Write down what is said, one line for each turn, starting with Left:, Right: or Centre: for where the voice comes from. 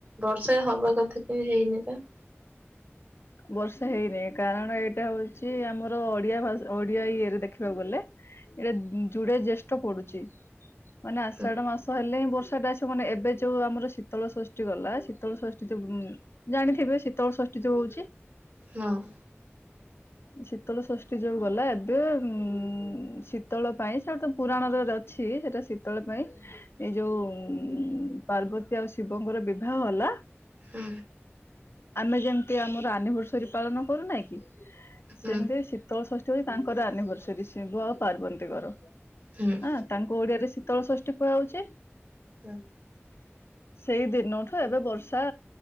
Right: ବର୍ଷା ହବା କଥା କେହି ହେଇନି ତ?
Left: ବର୍ଷା ହେଇନି କାରଣ ଏଇଟା ହଉଛି ଆମର ଓଡିଆ ଭାଷା ଓଡିଆ ଇଏରେ ଦେଖିବାକୁ ଗଲେ ଏଇଟା ଯୁଡେ ଜେଷ୍ଟଠ ପଡୁଛି ମାନେ ଆଷାଢ
Right: ହୁଁ
Left: ମାସ ହେଲେ ହିଁ ବର୍ଷା ଟା ଅ ମାନେ ଏବେ ଯୋଉ ଆମର ଶୀତଳ ଷଷ୍ଠୀ ଗଲା ଶୀତଳ ଷଷ୍ଠୀ ଯୋଉ ଜାଣିଥିବେ ଶୀତଳ ଷଷ୍ଠି ଯୋଉ ହଉଛି?
Right: ହଁ ଅ
Left: ଶୀତଳ ଷଷ୍ଠୀ ଯୋଉ ଗଲା, ଏବେ ଉଁ ଶୀତଳ ପାଇଁ ସେଟା ତ ପୁରାଣରେ ଅଛି ସେଟା ଶ ଶୀତଳ ପାଇଁ ଏଇ ଯୋଉ ପାର୍ବତୀ ଆଉ ଶିବଙ୍କର ବିବାହ ହେଲା।
Right: ହୁ
Left: ଆମେ ଯେମତି ଆମର ଆନିଭର୍ସରୀ ପାଳନ କରୁନାହିଁ କି? ସେମିତି
Right: ହୁଁ
Left: ଶୀତଳ ଷଷ୍ଠୀ ତାଙ୍କର ଆନିଭର୍ସରୀ ଶିବ ଆଉ ପାର୍ବତୀଙ୍କର।
Right: ହୁଁ ଉଁ
Left: ହଁ ତାଙ୍କୁ ଓଡିଆରେ ଶୀତଳ ଷଷ୍ଠୀ କୁହାଯାଉଛି।
Right: ହୁଁ
Left: ସେଇ ଦିନଠୁ ଏବେ ବର୍ଷା